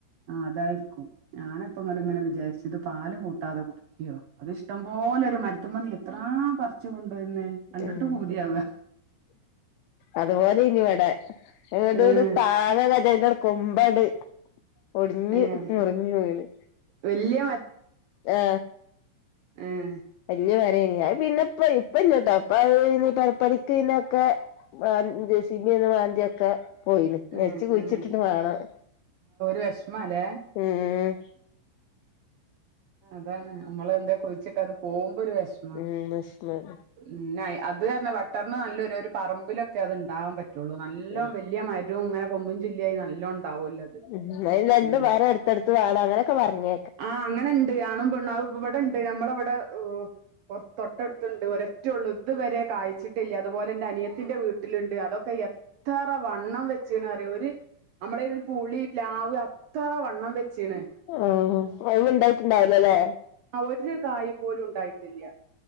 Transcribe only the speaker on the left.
ഉം
അതുപോലെ ഇനി ഇവടെ ഇട്ട്
താങ്ങ ക കൊമ്പട് ഒടിഞ്ഞ്
മുറിഞ്ഞു വീണ്
ആ
വല്യ പേരെന്നി പിന്നെ ഇപ്പ ഇപ്പല്ലാട്ടോ ഇപ്പ ഈ പെരപ്പണിക്ക് പിനൊക്കെ വ ജെസീബി വന്ന് മാന്തിയൊക്കെ പോയിന് നെച്ച്
കുഴിച്ചിട്ടിട്ട്
വേണം
ഉം
ഉം വെഷമം
ഉം
ഉ രണ്ടു
മരം അടുത്തടുത്ത് വാണം അങ്ങനെയൊക്കെ പറഞ്ഞ്
ആഹ അവ ഉണ്ടായിട്ടുണ്ടാവലല്ലേ